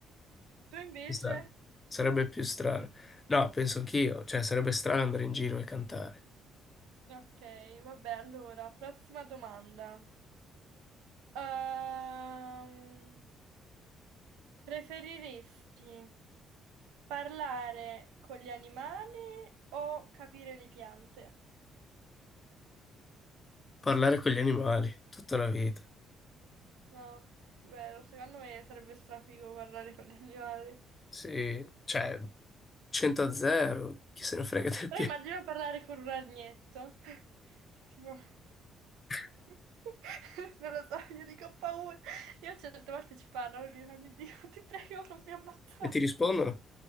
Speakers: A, on the right (about 80°); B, on the left (about 30°).
A: Tu invece?
B: Ci sta. Sarebbe più strano. No, penso anch'io, cioè sarebbe strano andare in giro e cantare.
A: Ok, vabbè, allora, prossima domanda. Ehm, preferiresti parlare con gli animali o capire le piante?
B: Parlare con gli animali tutta la vita.
A: No, vero, secondo me sarebbe strafigo parlare con gli animali.
B: Sì, cioè 100 a 0, chi se ne frega del
A: Però
B: piano.
A: immagino parlare con un ragnetto. <laughs> Tipo,
B: <laughs>
A: <laughs> non lo so, io dico ho paura. Io certe volte ci parlo, e dico, "Dio, ti prego, non mi ammazzare.
B: E ti rispondono?